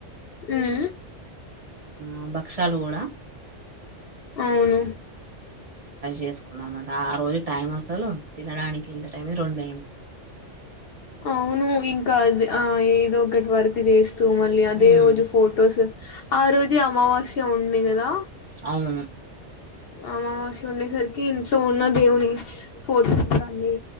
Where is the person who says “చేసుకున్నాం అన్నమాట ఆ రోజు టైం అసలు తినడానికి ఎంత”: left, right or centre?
Right